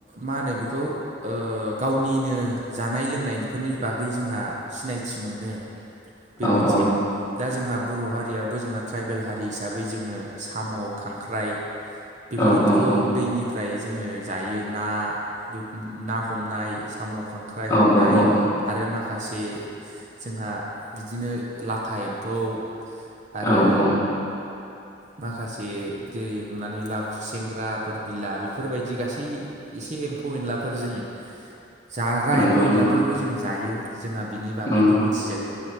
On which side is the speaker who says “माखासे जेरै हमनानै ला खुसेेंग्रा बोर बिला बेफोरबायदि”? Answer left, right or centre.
Right